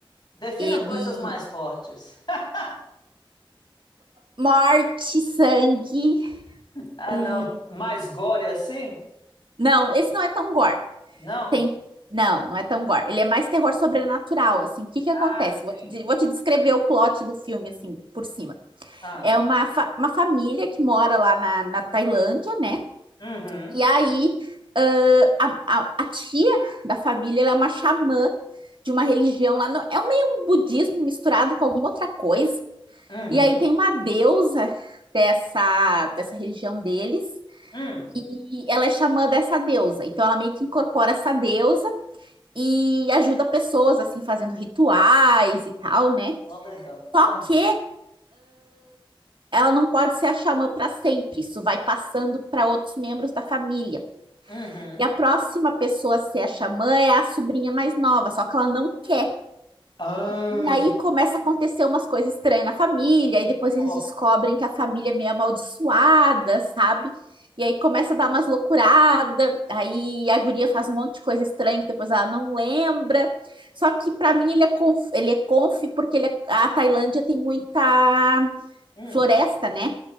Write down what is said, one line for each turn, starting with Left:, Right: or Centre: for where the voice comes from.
Left: Defina
Right: Ele...
Left: coisas mais fortes. <laughs>
Right: Morte, sangue...
Left: Ah,
Right: é,
Left: não. Mais gore assim?
Right: Não, esse não é tão gore.
Left: Não?
Right: Tem... Não, não é tão gore. Ele é mais terror sobrenatural, assim. O que que acontece?
Left: Ah, sim.
Right: Vou te, di- vou te descrever o plot do filme, assim, por cima.
Left: Ah.
Right: É uma, fa- uma família que mora lá na, na Tailândia, né?
Left: Uhum.
Right: E aí, ãh, a, a- a tia da família, ela é uma xamã de uma religião lá, no, é um meio um budismo misturado com alguma outra coisa.
Left: Uhum.
Right: E aí tem uma deusa dessa, dessa religião deles,
Left: Hum.
Right: e ela é xamã dessa deusa. Então ela meio que incorpora essa deusa e ajuda pessoas, assim, fazendo rituais e tal, né?
Left: Ô, legal.
Right: Só
Left: Ah.
Right: que ela não pode ser a xamã para sempre, isso vai passando para outros membros da família.
Left: Uhum.
Right: E a próxima pessoa a ser a xamã é a sobrinha mais nova, só que ela não quer.
Left: Ah.
Right: E aí começa a acontecer umas coisas estranhas na família, e depois
Left: Ok.
Right: eles descobrem que a família é meio amaldiçoada, sabe? E aí começa a dar umas loucuradas, aí a guria faz um monte de coisa estranha que depois ela não lembra. Só que para mim ele é conf, ele é conf porque ele é- a Tailândia tem muita
Left: Hum.
Right: floresta, né?